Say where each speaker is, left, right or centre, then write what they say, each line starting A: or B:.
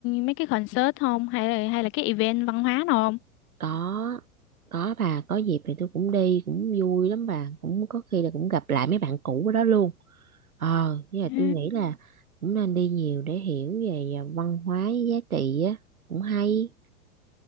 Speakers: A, on the left (about 30°); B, on the right (about 75°).
A: mấy cái concert không hay là hay là cái event văn hóa nào không?
B: có có bà có dịp thì tôi cũng đi cũng vui lắm bà cũng có khi là cũng gặp lại mấy bạn cũ ở đó luôn ờ với lại
A: À.
B: tôi nghĩ là cũng nên đi nhiều để hiểu về à, văn hóa giá trị á cũng hay